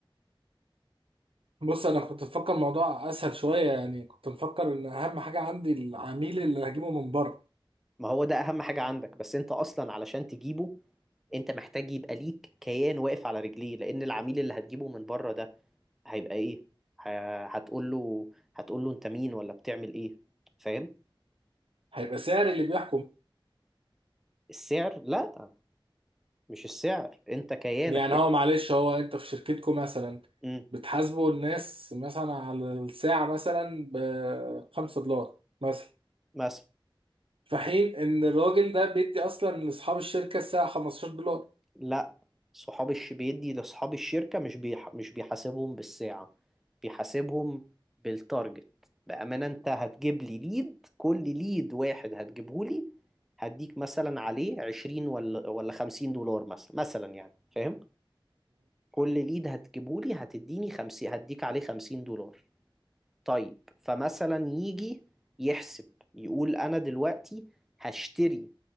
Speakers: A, on the right; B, in the centre.
A: بص انا كنت مفكر الموضوع اسهل شويه يعني كنت مفكر ان اهم حاجه عندي العميل اللي هجيبه من بره
B: ما هو ده اهم حاجة عندك بس انت اصلا علشان تجيبه انت محتاج يبقى ليك كيان واقف على رجليه لان العميل اللي هتجيبه من بره ده هيبقى ايه ه- هتقول له هتقول له انت مين ولا بتعمل ايه فاهم
A: هيبقى سعر اللي بيحكم
B: السعر لا مش السعر انت كيانك
A: يعني
B: انت
A: هو معلش هو انت في شركتكم مثلا
B: امم
A: بتحاسبوا الناس مثلا على الساعه مثلا ب 5 دولار مثلا
B: مثلا
A: في حين ان الراجل ده بيدي اصلا لاصحاب الشركه الساعه 15 دولار
B: لا صحاب الش بيدي لاصحاب الشركة مش بيح... مش بيحاسبهم بالساعة بيحاسبهم بالتارجت بأمانة انت هتجيب لي ليد كل ليد واحد هتجيبه لي هديك مثلا عليه 20 ولا ولا 50 دولار مثلا مثلا يعني فاهم كل ليد هتجيبه لي هتديني 50 هديك عليه 50 دولار طيب فمثلا يجي يحسب يقول انا دلوقتي هشتري